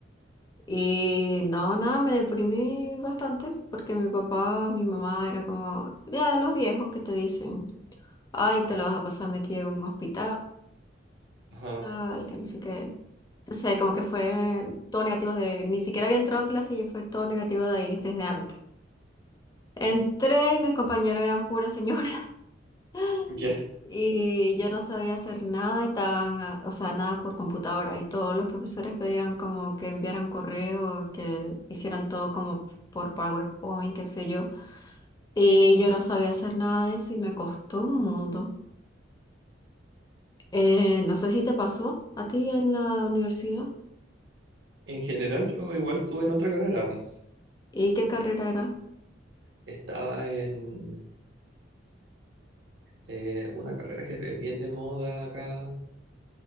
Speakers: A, on the left; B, on the right.
A: Y no, nada, me deprimí bastante porque mi papá, mi mamá era como, ya de los viejos que te dicen, ay, te lo vas a pasar metido en un hospital
B: Ajá.
A: al
B: <laughs>
A: que no sé qué. No sé, como que fue todo negativo de, ni siquiera había entrado a clase y fue todo negativo de ahí desde antes. Entré y mis compañeros eran pura señora <laughs>
B: Ya.
A: y yo no sabía hacer nada y tan, ah, o sea, nada por computadora y todos los profesores pedían como que enviaran correo, que hicieran todo como por PowerPoint, qué sé yo. Y yo no sabía hacer nada de eso y me costó un mundo. Eh, no sé si te pasó a ti en la universidad
B: En general, yo igual estuve en otra carrera. mm.
A: y qué carrera era.
B: Estaba en eh, una carrera que es bien de moda acá,